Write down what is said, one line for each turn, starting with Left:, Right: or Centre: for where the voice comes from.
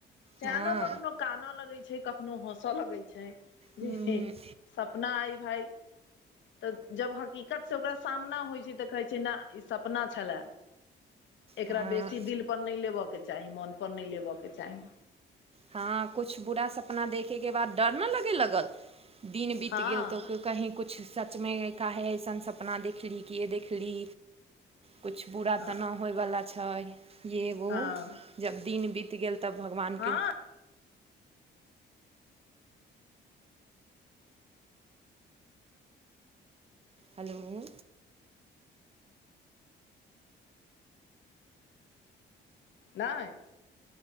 Left: स्यानो
Right: हँ
Left: कखनो कानऽ लगै छै कखनो हँसऽ लगै छै
Right: हूँ
Left: जी सपना आइ भाइ तऽ जब हकीकत से ओकरा सामना होइ छै तऽ कहै छै न ई सपना छले एकरा
Right: हँ
Left: बेसी दिल पर नहि लेबऽ के चाही मन पर नहि लेबऽ के चाही
Right: हँ कुछ बुरा सपना देखयके बाद डर नहि लगे लगल दिन बीत
Left: हँ
Right: गेल तोऽ कोइ कहीं कुछ सचमे काहे अइसन सपना देखली कीये देखली कुछ बुरा
Left: हँ
Right: तऽ नहि होइवला छै ये वो
Left: हँ
Right: जब दिन बीत गेल तब भगवानके
Left: हँ
Right: हेलो
Left: नहि